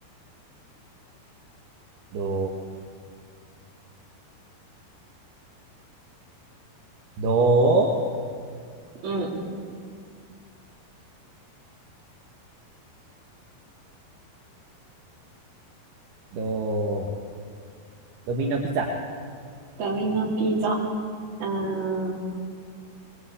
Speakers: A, on the right; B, on the right.
A: どう、どう、
B: うん、
A: どう、ドミノピザ、
B: ダミノピザ、うーん、